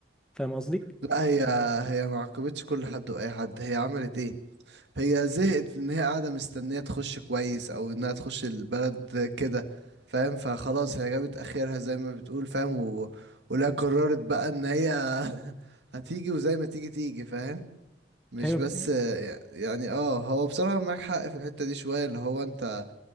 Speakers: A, in the centre; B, on the right (about 80°).
A: فاهم قصدي
B: لا هي هي ما عاقبتش كل حد واي حد هي عملت ايه هي زهقت ان هي قاعده مستنيه تخش كويس او انها تخش البلد كده فاهم فخلاص هي جابت اخرها زي ما بتقول فاهم و... ولا قررت بقى ان هي <laughs> هتيجي وزي ما تيجي تيجي فاهم مش
A: ايوه
B: بس يعني اه هو بصراحه معاك حق في الحته دي شويه اللي هو انت